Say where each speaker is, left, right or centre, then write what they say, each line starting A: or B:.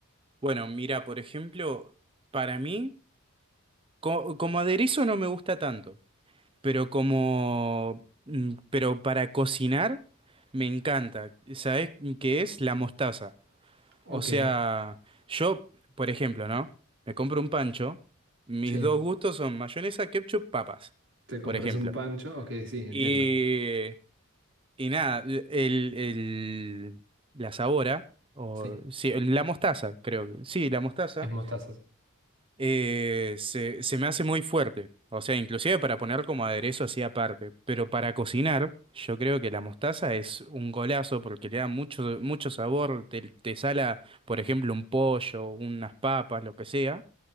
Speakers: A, on the right; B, on the right.
A: Bueno, mira, por ejemplo, para mí, co- como aderezo no me gusta tanto, pero como, mm, pero para cocinar me encanta. ¿Sabes qué es? La mostaza.
B: Ok.
A: O sea, yo, por ejemplo, ¿no? Me compro un pancho, mis
B: Sí,
A: dos gustos son mayonesa, ketchup, papas,
B: te compras
A: por ejemplo.
B: un pancho. Ok, sí, entiendo.
A: Y, y nada, el, el- la sabora, o
B: Sí.
A: sí, la mostaza, creo que. Sí, la mostaza
B: Es mostaza, sí.
A: eh, se, se me hace muy fuerte. O sea, inclusive para poner como aderezo así aparte. Pero para cocinar, yo creo que la mostaza es un golazo porque le da mucho, mucho sabor. Te, te sala, por ejemplo, un pollo, unas papas, lo que sea.